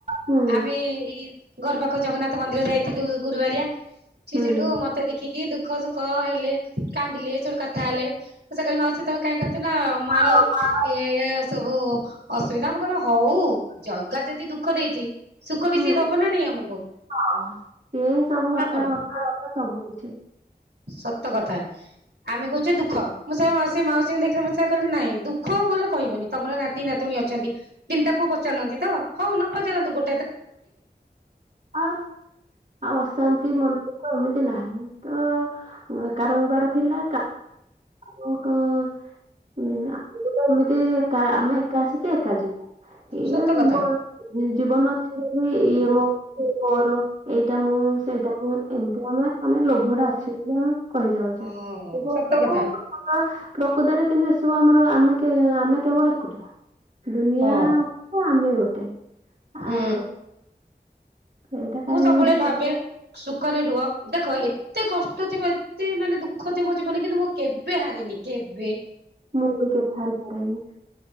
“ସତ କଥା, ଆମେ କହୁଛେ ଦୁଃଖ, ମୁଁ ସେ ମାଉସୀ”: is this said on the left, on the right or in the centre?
Right